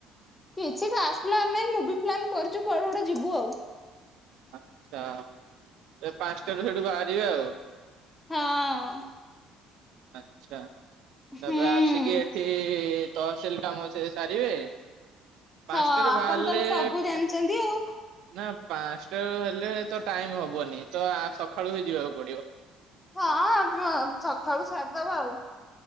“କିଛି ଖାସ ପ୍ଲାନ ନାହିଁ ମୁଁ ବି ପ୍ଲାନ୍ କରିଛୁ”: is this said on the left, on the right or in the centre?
Left